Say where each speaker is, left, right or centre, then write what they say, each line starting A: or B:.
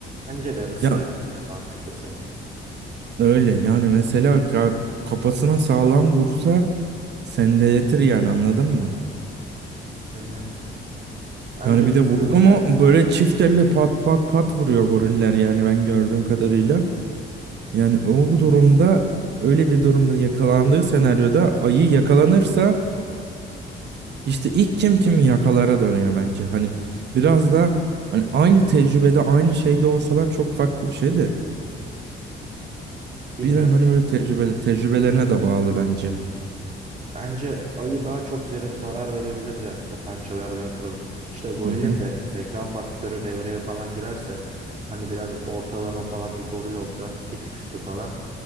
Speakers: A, on the right; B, on the right.
A: Bence de ısırır
B: Ya
A: en mantıklısı.
B: öyle yani mesela ka- kafasına sağlam vursa sendeletir yani anladın mı?
A: Aynen. Bence
B: Yani
A: ısırmak
B: bir de vurdu mu böyle çift elle pat pat pat vuruyor goriller yani ben gördüğüm kadarıyla. Yani o durumda öyle bir durumda yakalandığı senaryoda ayı yakalanırsa İşte ilk kim kimi yakalara dönüyor bence. Hani biraz da hani aynı tecrübede aynı şeyde olsalar çok farklı bir şey de.
A: bilmiyorum.
B: Biraz hani böyle tecrübeli tecrübelerine de bağlı bence.
A: Bence ayı daha çok zer- zarar verebilir de o pençelerden ötürü. İşte gorilin
B: Hı hı.
A: de zeka faktörü devreye falan girerse hani biraz ortalama falan bir goril olsa bir tık üstü falan